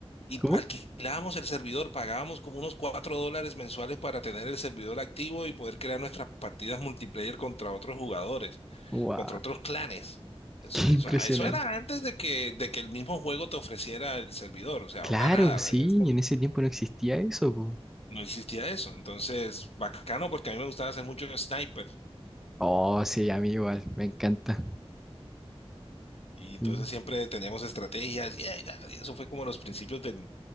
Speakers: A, on the left (about 70°); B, in the centre.
A: y
B: ¿Cómo?
A: alquilábamos el servidor, pagábamos como unos 4 dólares mensuales para tener el servidor activo y poder crear nuestras partidas multiplayer contra otros jugadores,
B: Wow,
A: contra otros clanes. Eso,
B: qué
A: eso,
B: impresionante.
A: eso era antes de que, de que el mismo juego te ofreciera el servidor, o sea,
B: Claro,
A: ahora nada,
B: pues sí,
A: en ese momento
B: en ese tiempo no existía eso, po.
A: no existía eso. Entonces, bacano porque a mí me gustaba hacer mucho sniper.
B: Oh, sí, a mí igual, me encanta.
A: Y entonces
B: Y-
A: siempre teníamos estrategias y, ay, ya, y eso fue como los principios del-